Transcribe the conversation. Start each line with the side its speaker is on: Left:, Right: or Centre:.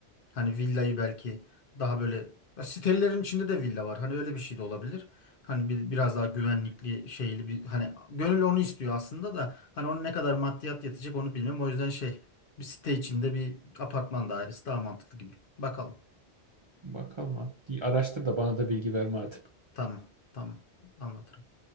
Left: Hani villayı belki daha böyle ya sitelerin içinde de villa var. Hani öyle bir şey de olabilir. Hani bir, biraz daha güvenlikli şeyli bir hani gönül onu istiyor aslında da hani onun ne kadar maddiyat yatacak onu bilmiyorum. O yüzden şey bir site içinde bir apartman dairesi daha mantıklı gibi. Bakalım.
Right: Bakalım abi. İyi, Araştır da bana da bilgi verme hadi.
Left: Tamam. Tamam. Anlatırım.